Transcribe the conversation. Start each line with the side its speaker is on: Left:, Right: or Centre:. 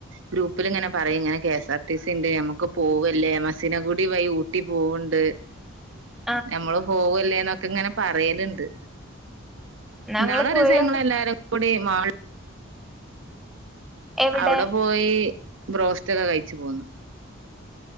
Right: ഗ്രൂപ്പില്ങ്ങനെ പറയും ഇങ്ങനെ കെ എസ്ആർ ടി സി ഇണ്ട് ഞമുക്ക് പോകല്ലേ മസ്സിനകുടി വഴി ഊട്ടി പോവ്ണ്ട്.
Centre: <inaudible>
Right: നഞമ്മള് പോവല്ലേ എന്നൊക്കെ ഇങ്ങനെ പറയണ് ണ്ട്
Centre: എന്നാ
Right: ഇന്നാളോരോസങ്ങള
Centre: ഇങ്ങള് പോയോണ്ടി
Right: എല്ലാരും കൂടി മാ
Centre: എവിടെ
Right: അവിടെ പോയി ബ്രോസ്റ്റ് ഒക്കെ കഴിച്ചു പോന്നു